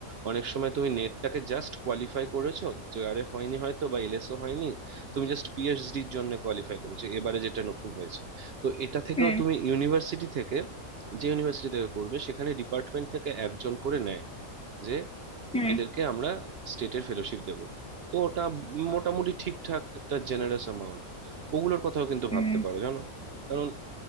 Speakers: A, on the right; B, in the centre.
A: অনেক সময় তুমি নেটটাকে জাস্ট কোয়ালিফাই করেছো জেআরএফ হয়নি হয়তো বা এলএসও হয়নি তুমি জাস্ট পিএইচডির জন্য কোয়ালিফাই করেছো এবারে যেটা নতুন হয়েছে তো এটা থেকেও
B: হুম
A: তুমি ইউনিভার্সিটি থেকে যে ইউনিভার্সিটি থেকে করবে সেখানে ডিপার্টমেন্ট থেকে একজন করে নেয় যে
B: হুম
A: এদেরকে আমরা স্টেটের ফেলোশিপ দেব তো ওটা মোটামুটি ঠিকঠাক একটা জেনারেস অ্যামাউন্ট ওগুলোর কথাও কিন্তু
B: হুম
A: ভাবতে পারো জানো কারণ